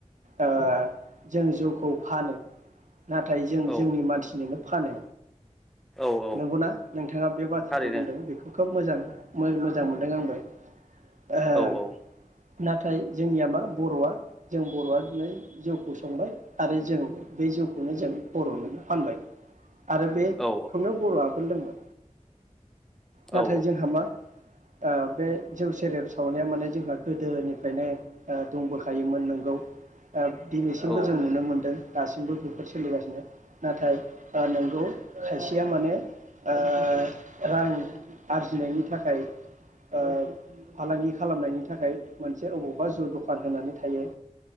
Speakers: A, on the right; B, in the centre.
A: ओ जों जौखौ फानो नाथाय जों
B: औ
A: जोंनि मानसिनोनो फानो
B: औ औ
A: नंगौना नोंथांङा बे बाथ्राखौ
B: थारैनो
A: बुंदों बेखौ खोब मोजां मोजां मोनदों आंबो ओहो
B: औ औ
A: नाथाय जोंनिया मा बरआ जों बरआ दिनै जौखौ संबाय आरो जों बे जौखौ बे खौनो जों बरनो फानबाय आरो बेखौनो
B: औ
A: बरआबो लोंबाय नाथाय
B: औ
A: जोंहा मा ओ बे जौ सेरेब सावनाया माने जोंहा गोदोनिफ्रायनो दंबोखायोमोन नोंगौ ओ‌ दिनैसिमबो
B: औ
A: जों नुनो मोनदों दासिमबो फोर सोलिगासिनो नाथाय ओ नोंगौ खायसेया माने ओ‌ रां आरजिनायनि थाखाय ओ फालांगि खालामनायनि थाखाय मोनसे अबावबा जौ दखान होनानै थायो।